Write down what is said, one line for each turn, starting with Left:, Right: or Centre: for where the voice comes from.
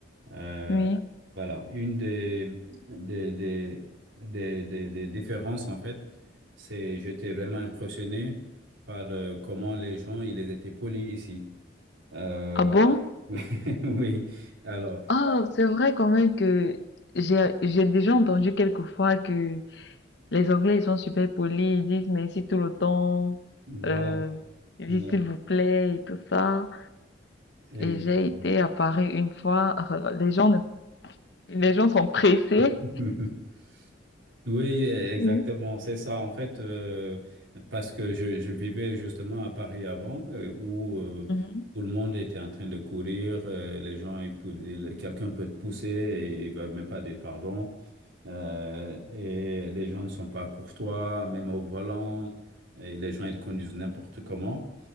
Right: Euh,
Left: oui.
Right: voilà, une des, des, des, des, des- des différences, en fait, c'est j'étais vraiment impressionné par euh, comment les gens, ils étaient polis ici. Euh,
Left: Ah bon?
Right: <laughs> oui, oui. alors,
Left: Ah, c'est vrai quand même que j'ai j'ai déjà entendu quelquefois que Les Anglais, ils sont super polis, ils disent merci tout le temps,
Right: voilà,
Left: euh, ils
Right: Euh,
Left: disent s'il vous plaît et tout ça.
Right: exactement.
Left: Et j'ai été à Paris une fois, <laughs> les gens ne, les gens sont pressés.
Right: <laughs> Oui, exactement,
Left: Oui.
Right: c'est ça. En fait, euh, parce que je, je vivais justement à Paris avant, euh, où euh,
Left: Mhm,
Right: tout le monde était en train de courir, euh, les gens, ils pou- ils- quelqu'un peut te pousser et il va même pas dire pardon, euh, et les gens ne sont pas courtois, même au volant, et les gens, ils conduisent n'importe comment.